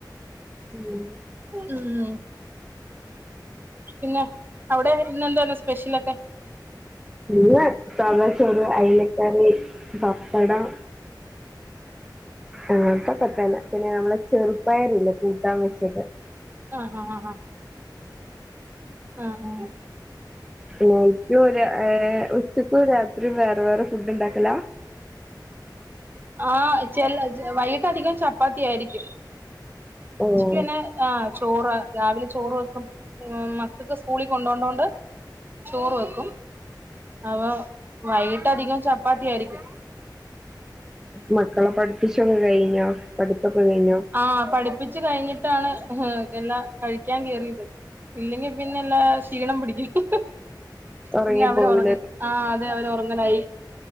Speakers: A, in the centre; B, on the right.
A: ഉം.
B: ഉം പിന്നെ അവിടെ ഇന്നെന്താണ് സ്പെഷ്യലൊക്കെ?
A: ഇന്ന് സാധാച്ചോറ്, അയ്ലക്കറി, പപ്പടം. അങ്ങൻത്തൊക്കെ തന്നെ പിന്നെ നമ്മളെ ചെറുപ്പയർല്ലെ കൂട്ടാൻ വെച്ചത്.
B: ആഹ് അഹ് അഹ് അ ആഹ്.
A: നൈറ്റും ഒരു ഏ ഉച്ചക്കും രാത്രിയും വേറെ വേറെ ഫുഡ് ഉണ്ടാക്കല
B: ആഹ ചെ വൈകിട്ട അധികം ചപ്പാത്തി ആയിരിക്കും
A: ഓഹ്
B: ക്ക് പിന്നെ ആഹ ചോറ് രാവിലെ ചോറ് വെക്കും മക്കൾക്ക് സ്കൂളിൽ കൊണ്ടോണ്ടോണ്ട്. ചോറ് വെക്കും അപ്പൊ വൈകിട്ട അധികം ചപ്പാത്തി ആയിരിക്കും.
A: മക്കളെ പഠിപ്പിച്ചൊക്കെ കഴിഞ്ഞോ പഠിത്തൊക്കെ കഴിഞ്ഞോ?
B: ആ പഠിപ്പിച്ചു കഴിഞ്ഞിട്ടാണ് എല്ലാം കഴിക്കാൻ കേയറിയത് ഇല്ലെങ്കി പിന്നെ എല്ലാ ക്ഷീണം പിടിക്കും
A: ഒറങ്ങി
B: പിന്നെ അവര്
A: പോവൂലേ?
B: ഉറ ആഹ അതെ അവര് ഉറങ്ങലായി